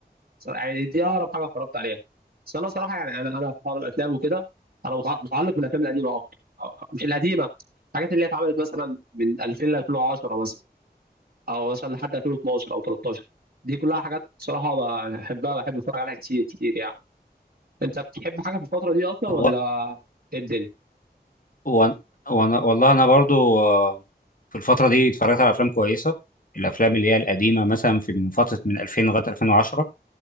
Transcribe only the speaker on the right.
صراحة يعني دي أقرب حاجة اتفرجت عليها بس أنا صراحة يعني أنا أنا في حوار الأفلام وكده أنا متع- متعلق بالأفلام القديمة أكتر أو- مش القديمة الحاجات اللي هي اتعملت مثلا من 2000 ل 2010 مثلا او مثلا لحد 2012 او 13 دي كلها حاجات صراحه بحبها بحب اتفرج عليها كتير كتير يعني انت بتحب حاجه في الفتره دي اصلا ولا
ايه الدنيا